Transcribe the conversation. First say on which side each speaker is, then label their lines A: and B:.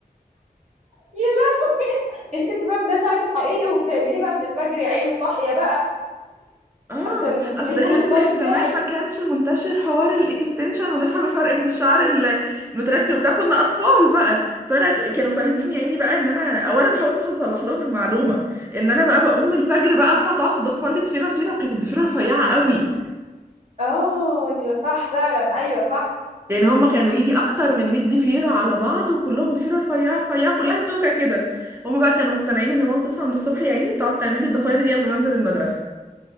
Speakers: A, on the right; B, on the right.
A: يا لا انت كنت فاهم ده شعرك الحقيقي وبتعمليه بقى من الفجر يا عيني وصاحيه بقى
B: آه
A: عشان
B: أصل
A: تشوفوا
B: خلي
A: الستايل
B: بالك زمان
A: بتاعي
B: ما كانش منتشر حوار الإكستنشن ونفهم الفرق بين الشعر ال- المتركب بتاع كنا أطفال بقى فأنا ك- كانوا فاهمين يا عيني بقى إن أنا أو أنا ما حاولتش أصلح لهم المعلومة إن أنا بقى بقوم من الفجر بقى ماما تقعد تضفر لي ضفيرة ضفيرة وكانت الضفيرة رفيعة قوي
A: اه ايوه صح فعلا ايوه صح
B: يعني هما كانوا يجي اكتر من 100 ضفيره على بعض وكلهم ضفيره رفيعه رفيعه كلها توكه كده هما بقى كانوا مقتنعين ان ماما بتصحى من الصبح يا عيني تقعد تعمل لي الضفاير دي قبل ما انزل المدرسه